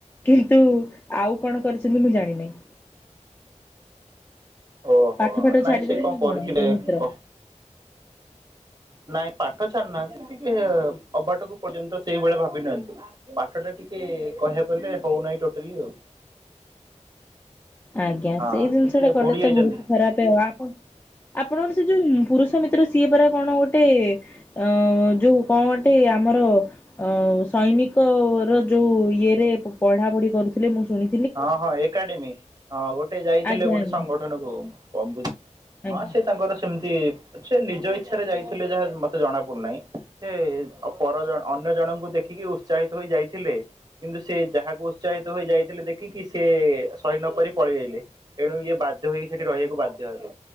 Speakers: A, on the left; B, on the right.
A: କିନ୍ତୁ ଆଉ କଣ କରିଛନ୍ତି ମୁଁ ଜାଣିିନାହିଁ।
B: ଓହୋ
A: ପାଠ ଫାଠ
B: ନାଇଁ
A: ଛାଡିଦେଲେ
B: ସେ
A: ନା
B: କରିଥିବେ
A: କଣ ସେ ମିତ୍ର।
B: କ ନାଇଁ ପାଠ ଛାଡୁନାହାନ୍ତି ଟିକେ ଅବାଟକୁ ପର୍ଯ୍ୟନ୍ତ ସେଇଭଳିଆ ଭାବିନିଅନ୍ତୁ। ପାଠ ଟା ଟିକେ କହିବାକୁ ଗଲେ ହଉନାହିଁ ଟୋଟାଲି ଆଉ।
A: ଆଜ୍ଞା
B: ହଁ
A: ସେଇ ଜିନିଷ
B: ସେ ଟିକେ
A: ଟା କଲେ
B: ବୁଡି ଯାଇଛନ୍ତି
A: ତ ବହୁତ ଖରାପ ଆଉ ଆପଣ ଆପଣଙ୍କର ସେ ଯୋଉ ପୁରୁଷ ମିତ୍ର ସିଏ ପରା କଣ ଗୋଟେ? ଅ ଯୋଉ କଣଗୋଟେ ଆମର। ଅ ସୈନିକ ର ଯୋଉ ଇଏରେ ପଢ଼ାପଢ଼ି କରୁଥିଲେ ମୁଁ ଶୁଣିି
B: ହଁ ହଁ ଏକାଡେମୀ। ହଁ ଗୋଟେ ଯାଇଥିଲେ
A: ଆଜ୍ଞା
B: ଗୋଟେ
A: ଆଜ୍ଞା
B: ସଂଗଠନକୁୁ ହଁ
A: ଆଜ୍ଞା।
B: ସେ ତାଙ୍କର ସେମିତି ସେ ନିଜ ଇଚ୍ଛାରେ ଯାଇଥିଲେ ଯାହା ମତେ ଜଣା ପଡୁନାହିଁ ସେ ପର ଅନ୍ୟ ଜଣଙ୍କୁ ଦେଖିକି ଉତ୍ସାହିତ ହୋଇ ଯାଇଥିଲେ କିନ୍ତୁ ସେ ଯାହାକୁ ଉତ୍ସାହିତ ହୋଇ ଯାଇଥିଲେ ଦେ ଖିକିି ସେ ସହି ନ ପରି ପଳେଇଆଇଲେ ଏଣୁ ଇଏ ବାଧ୍ୟ ହୋଇ ସେଠି ରହିବାକୁ ବାଧ୍ୟ ହେଲେ।